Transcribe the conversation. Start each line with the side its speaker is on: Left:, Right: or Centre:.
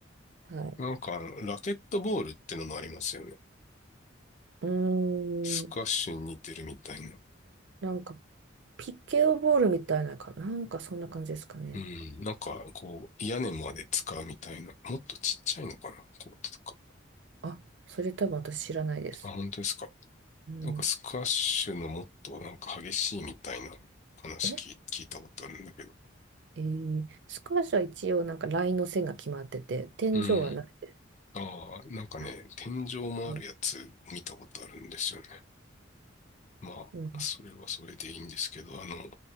Right: はい。
Left: なんかあの、ラケットボールってのもありますよね。
Right: うー
Left: スカッシュに似てるみたいな。
Right: ん、なんかピケオボールみたいなか、なんかそんな感じですかね。
Left: うん。なんか、こう、屋根まで使うみたいな。もっとちっちゃいのかなコートとか。
Right: あ、それ多分私知らないです。
Left: あ、本当ですか。
Right: うん、
Left: なんかスカッシュのもっとなんか激しいみたいな話聞い、
Right: え、
Left: 聞いたことあるんだけど。
Right: えースカーシは一応なんかラインの線が決まってて、天井はない。
Left: うん。ああ、なんかね、
Right: あ、
Left: 天井もあるやつ見たことあるんですよね。
Right: うん、
Left: まあ、
Right: うん。
Left: それはそれでいいんですけど、あの、